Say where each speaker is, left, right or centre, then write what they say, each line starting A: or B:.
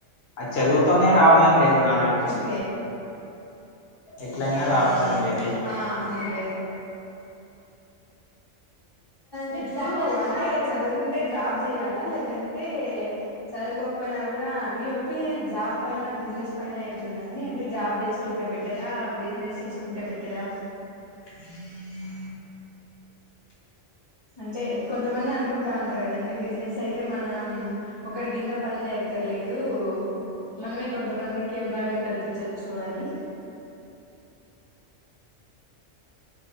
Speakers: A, on the left (about 60°); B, on the left (about 45°).
A: అది చదువుతోనే రావాలని లేదు నాలెడ్జ్
B: ఓకే
A: ఎట్లయినా రావచ్చండి అది
B: ఆ అవునులే మీకు అంటే చదువుకుంటే జాబ్ చేయాలా లేదంటే చదువుకో పోయినా కూడా మీ ఒపీనియన్ జాబ్ పైన బిజినెస్ పైైన ఎట్లుందండి అంటే జాబ్ చేసుకుంటే బెటరా ఆ బిజినెస్ చేసుకుంటే బెటరా
A: ఆ
B: అంటే కొంతమంది అనుకుంటా ఉంటారు కదండి బిజినెస్ అయితే మనం ఒకరి కింద పని చెయాక్కర్లేదు మనమే కొంతమందికి ఎంప్లాయ్మెంట్ కల్పించోచ్చు అని